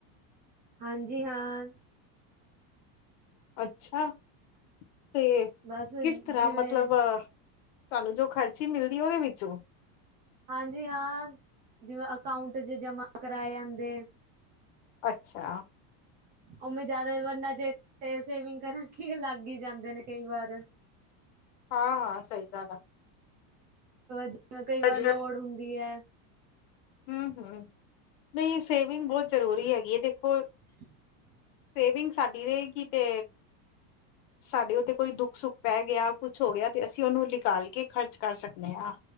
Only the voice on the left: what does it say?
ਅੱਛਾ, ਤੇ
ਕਿਸ ਤਰਾ
ਮਤਲਬ ਤਾਨੂੰ ਜੋ ਖਰਚੀ ਮਿਲਦੀ ਏ ਉਦੇ ਵਿੱਚੋ।
ਅੱਛਾ।
ਹਾਂ-ਹਾਂ ਸਈ ਗੱਲ ਆ।
ਅਜ
ਹੂੰ-ਹੂੰ ਨਈ ਸੇਵਿੰਗ ਬੋਤ ਜ਼ਰੂਰੀ ਹੈਗੀ ਏ ਦੇਖੋ।
ਸੇਵਿੰਗ ਸਾਡੀ ਰਏਗੀ ਤੇ ਸਾਡੇ ਉੱਤੇ ਕੋਈ ਦੁੱਖ-ਸੁੱਖ ਪੈ ਗਿਆ, ਕੁੱਛ ਹੋ ਗਿਆ ਤੇ ਅਸੀਂ ਉਹਨੂੰ ਨਿਕਾਲ ਕੇ ਖ਼ਰਚ ਕਰ ਸਕਦੇ ਆ।